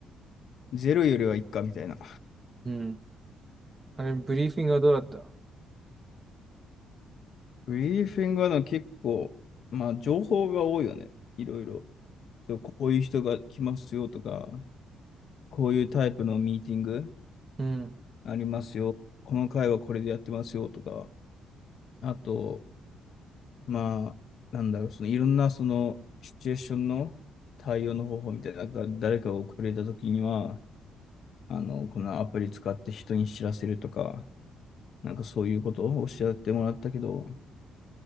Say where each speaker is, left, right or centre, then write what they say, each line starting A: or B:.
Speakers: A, on the left; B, on the right.
A: ゼロよりはいっか、みたいな。
B: うん。あれ、ブリーフィングはどうだった
A: ブリーフィングはでも結構、まあ、情報が多いよね。いろいろ。そう、こういう人が来ますよとか。こういうタイプのミーティング
B: うん。
A: ありますよ。この回はこれでやってますよとか、あと、まあ、なんだろう、そのいろんなそのシチュエーションの対応の方法みたいな、なんか誰かが遅れた時には、あの、このアプリ使って人に知らせるとか、なんかそういうことをおっしゃってもらったけど、